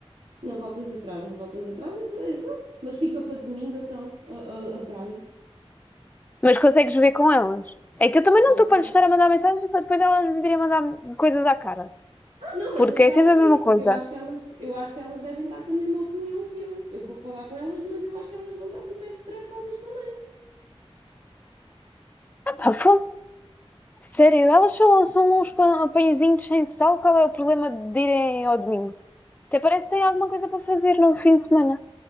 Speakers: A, on the right (about 80°); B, on the left (about 15°).
A: não voltas atrás, não voltas atrás, então, então, mas fica para domingo, então, a, a, a praia.
B: Mas consegues ver com elas. É que eu também não
A: Consigo.
B: estou para lhes estar a mandar mensagem para depois elas me virem a mandar coisas à cara.
A: Não, mas
B: Porque
A: nem vale
B: é sempre
A: a pena,
B: a mesma coisa.
A: porque eu acho que elas, eu acho que elas devem estar com a mesma opinião que eu. Eu vou falar com elas, mas eu acho que elas vão estar super estressadas também.
B: Ah, pá, fogo. Sério, elas são, são uns pã- pãezinhos sem sal. Qual é o problema de irem ao domingo? Até parece que têm alguma coisa para fazer no fim de semana.